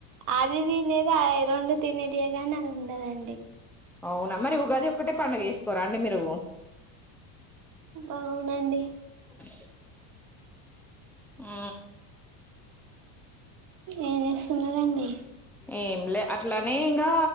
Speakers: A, on the right (about 40°); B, in the centre.
A: అది దినేది రెండు తినే తీేంగాగా రలుంందాడి
B: అవున మరి ఉగాది ఒక్కటే పండుగ వేసుకోరా అండి మీరు
A: అవునండి
B: అ ఆ
A: ఏం చేస్తున్నారు అండి
B: ఏంలే అట్లానే ఇంకా